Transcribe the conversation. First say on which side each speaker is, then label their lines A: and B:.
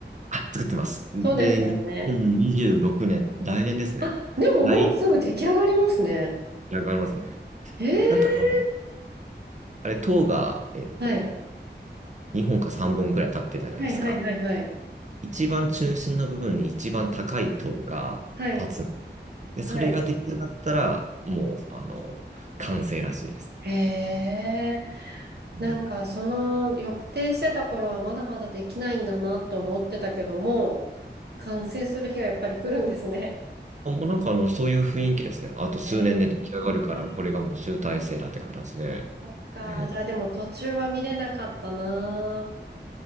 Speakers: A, on the right; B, on the right.
A: あ、作ってます。で、
B: そうですよね。
A: 2026年、来年ですね。
B: あ、でももうすぐ出来上がりますね。
A: 来、上がりますね。
B: へえ。
A: なんかあの、あれ、塔が、えっと、
B: はい。
A: 2本か3本くらい立ってるじゃないですか。
B: はいはいはいはい。
A: 一番中心の部分に一番高い塔が立つ。
B: はい。
A: で、
B: はい。
A: それが出来上がったら、もう、あの、完成らしいです。
B: へえ。
A: うん
B: なんか、その、抑定してた頃はまだまだできないんだなと思ってたけども、完成する日がやっぱり来るんですね。
A: あもうなんかあの、そういう雰囲気ですね。あと数年で出来上がるから、
B: えー、
A: これがもう集大成だって形で。
B: そっか。
A: うん。
B: じゃあでも途中は見れなかったな。